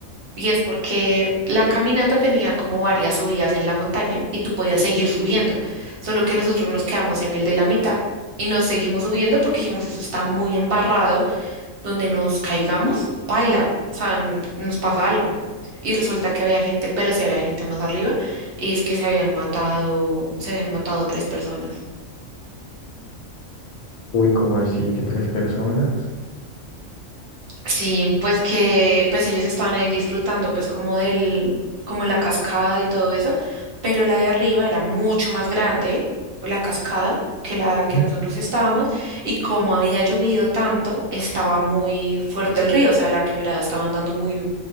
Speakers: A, on the right; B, on the left.
A: Y es porque la caminata tenía como varias subidas en la montaña y tú podías seguir subiendo. Solo que nosotros nos quedamos en el de la mitad y nos seguimos subiendo porque dijimos, eso está muy embarrado, donde nos caigamos, paila, o sea, n- nos pasa algo. Y resulta que había gente, pero sí había gente más arriba, y es que se habían matado, se habían matado tres personas.
B: Uy, ¿cómo así? ¿Que tres personas?
A: Sí, pues que pues ellos estaban ahí disfrutando pues como del como la cascada y todo eso, pero la de arriba era mucho más grande, la cascada que la que
B: ¿Eh?
A: nosotros estábamos y como había llovido tanto, estaba muy fuerte el río, o sea, la quebrada estaba andando muy